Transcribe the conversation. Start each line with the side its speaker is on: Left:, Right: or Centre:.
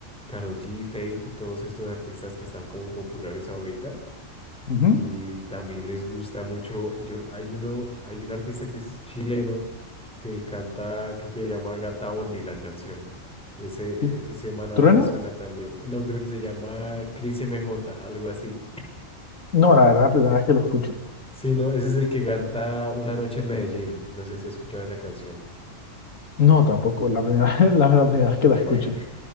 Centre: Karol G, Fate, todos estos artistas que están como populares ahorita
Left: ujú,
Centre: y también les gusta mucho. Yo, no- hay uno, hay un artista que es chileno que canta, creo que se llama Gata Only la canción. Ese,
Left: ¿sí?
Centre: e- ese man a
Left: ¿Trueno?
Centre: veces suena también. No, creo que se llama Cris M J algo así.
Left: No, la verdad, la primera vez que lo escucho.
Centre: Sí, no, ese es el que canta Una noche en Medellín. No sé si has escuchado esa canción.
Left: No, tampoco, la primera, <laughs> la, la primera vez que
Centre: <laughs>
Left: la escucho.